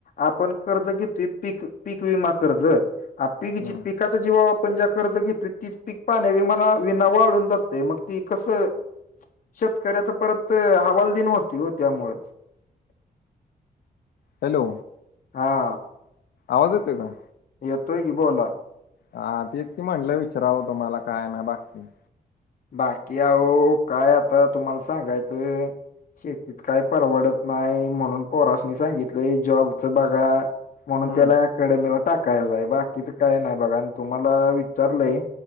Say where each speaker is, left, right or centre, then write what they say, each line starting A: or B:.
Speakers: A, on the left; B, on the left.
A: आपण कर्ज घेतोय, पीक पीक विमा कर्ज, पीक
B: हम्म.
A: जी पीक पिकच्या जीवावर आपण ज्या कर्ज घेतो तीच पिक पाण्या विना वाळून जगतयं मग ती कसं शेतकऱ्याच परत हवालदिन होती हो त्यामुळच <unintelligible>
B: हॅलो
A: हा
B: आवाज येतोय का?
A: येतोय की बोला
B: हा तेच की म्हटलं विचारावं तुम्हाला काय नायं बाकी
A: बाकी आहो काय आता तुम्हाला सांगायचं शेतीत काय परवडत नाही म्हणून पोरासनी सांगितलंय जॉबचं बघा. म्हणून
B: हम्म
A: त्याला अकॅडमीला टाकायच आहे, बाकीच काय नाही बघा आणि तुम्हाला विचारलंय